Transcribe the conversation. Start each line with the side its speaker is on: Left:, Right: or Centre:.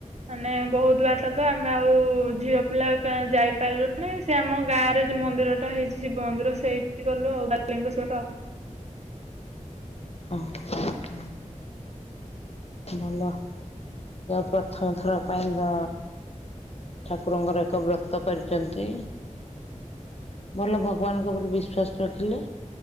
Right: ମାନେ ବହୁତ ବାଟ ତ ଆମେ ଆଉ ଝିଅ ପିଲା ଯାଇ <unintelligible> ସେ ଆମ ଗାଁରେ ଯୋଉ ମନ୍ଦିରଟା ହେଇଛି ଶିବ ମନ୍ଦିର ସେଇଠି ଗଲୁ ଆଉ ବା <unintelligible>
Left: ଓ ହ। ଭଲ ଯା ପ୍ରଥମ ଥର ପାଇଁ ତ ଠାକୁରଙ୍କର ଏକ ବ୍ରତ କରିଚନ୍ତି। ଭଲ ଭଗବାନଙ୍କ ଉପରେ ବିଶ୍ଵାସ ରଖିଲେ।